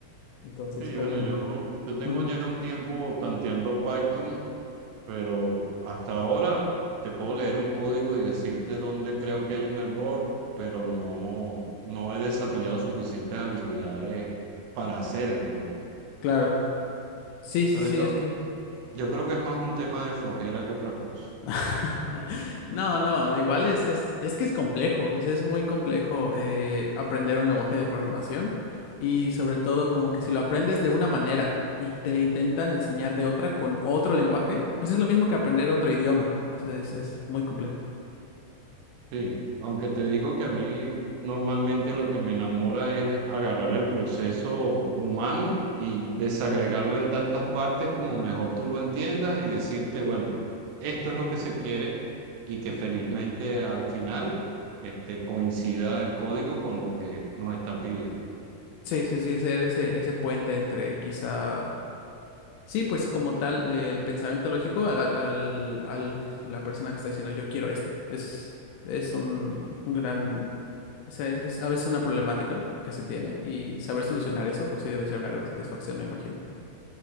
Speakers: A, on the left (about 80°); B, on the right (about 80°).
A: Entonces
B: Sí,
A: como...
B: bueno, yo, yo tengo
A: Ujú,
B: ya un tiempo tanteando Python, pero hasta ahora te puedo leer un código y decirte dónde creo que hay un error, pero no, no he desarrollado suficientes habilidades para hacer el código.
A: claro. Sí, sí,
B: Pero
A: sí,
B: yo,
A: es que...
B: Yo creo que es más un tema de flojera que otra cosa.
A: <laughs> No, no, igual es, es, es que es complejo, o sea, es muy complejo eh, aprender un lenguaje de programación y sobre todo como que si lo aprendes de una manera y te lo intentan enseñar de otra con otro lenguaje, pues es lo mismo que aprender otro idioma, o sea, es, es muy complejo.
B: Sí, aunque te digo que a mí normalmente lo que me enamora es agarrar el proceso humano y desagregarlo en tantas partes como mejor tú lo entiendas y decirte, bueno, esto es lo que se quiere y que
A: Ujú.
B: felizmente al final este, coincida el código con lo que nos están pidiendo.
A: Sí, sí, sí, ser ese, ese puente entre quizá Sí, pues como tal, eh, el pensamiento lógico al, al, al- al- la persona que está diciendo yo quiero esto. Es, es un, un gran, o sea, es, es a veces una problemática que se tiene y saber solucionar eso, pues sí debe ser una gran satisfacción, me imagino.